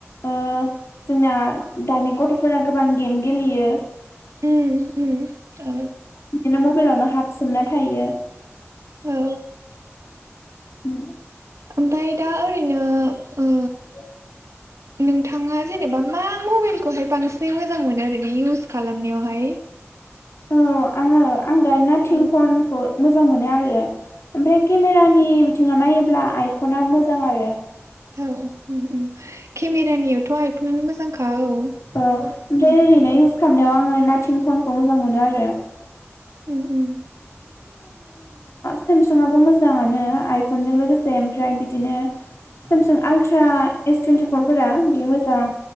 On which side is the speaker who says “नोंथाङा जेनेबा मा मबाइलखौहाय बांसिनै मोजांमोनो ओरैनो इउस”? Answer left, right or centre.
Right